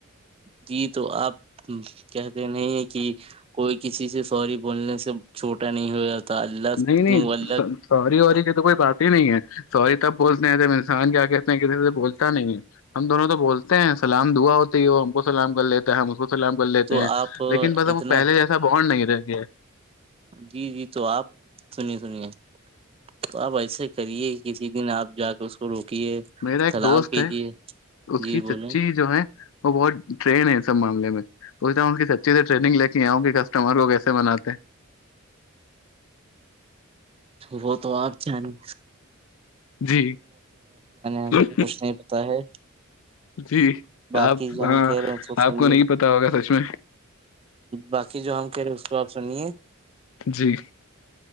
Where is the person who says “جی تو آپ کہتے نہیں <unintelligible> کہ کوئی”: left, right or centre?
Right